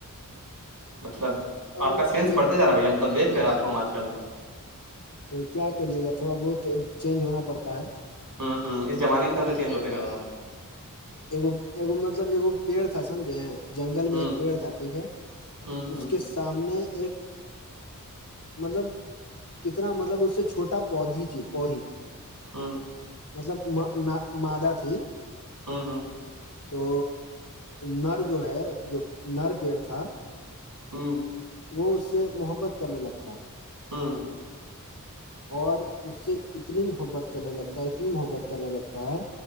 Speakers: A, on the right (about 70°); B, on the left (about 65°).
A: مطلب
B: اور
A: آپ کا سینس
B: ایک
A: بڑھتے جا رہا بھیا م ب دیک رہے ہیں آپ کو ہم آج کل
B: کیا کریے گا تھوڑا بہت چینج ہونا پڑتا ہے
A: ہوں ہوں اس زمانے کے سب سے چینج ہوتے ناا
B: اگو اگو مطلب ایکگ پیڑ تھا سمجھے جنگل
A: ہوں
B: میں ایک پیڑ تھا ٹھیک ہے
A: ہوں ہوں
B: اس کے سامنے ایک مطلب کتنا مطلب اس سے چھوٹا پودھی تھی پودی
A: ہاں
B: مطلب مادا تھی
A: ہاں ہاں <inaudible>
B: تو نر جو ہے جو نر پیڑ تھا
A: ہوں
B: اس سے محبت کرنے لگتا ہے
A: ہاں
B: اور اس سے اتنی محبت کرنے لگتا ہے اتنی محبت کرنے لگتا ہے